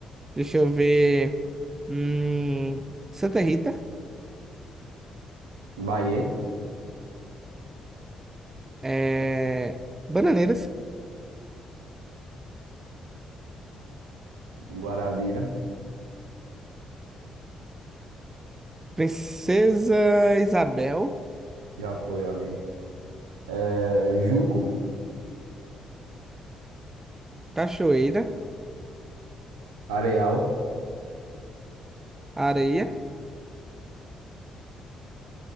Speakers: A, on the right; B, on the right.
A: Deixa eu ver. Hum, Santa Rita,
B: Bahia,
A: é, Bananeiras,
B: Guarabira,
A: Princesa Isabel,
B: já foi ali. É, Junco,
A: Cachoeira,
B: Areal,
A: Areia.